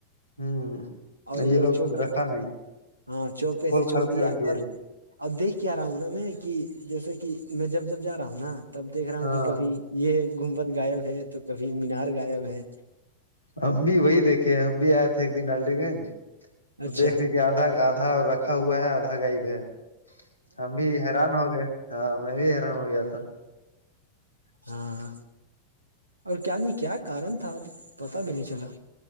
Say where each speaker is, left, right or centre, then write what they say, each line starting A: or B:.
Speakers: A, on the left; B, on the right.
A: ہ
B: اور ان
A: یہ
B: لوگ چوک پہ
A: رکھا نہیں
B: ہاں چوک
A: کھول
B: پہ ایسے
A: کھال
B: چھوڑ
A: کے
B: دیا
A: رکھ ج
B: اور دیکھ کیا رہا ہوں نا میں کہ جیسے کہ میں جب جب جا رہا ہوں نا تب دیکھ رہا
A: ہاں
B: ہوں کہ کبھی یہ گومبد ائب ہے تو کبھی مینار غائب ہے
A: ہم بھی وہی دیکھے ہم بھی آئے تھے ایک دن ڈالی گنج تو
B: اچھا
A: دیکھ رے آدھا آدھا رکھا ہوا ہے آدھا غائب ہے ہم بھی حیران ہو گئے ہاں میں بھی حیران ہو گیا تھا
B: ہاں اور کیا نہیں کیا کارن تھا پتا بھی نہیں چلا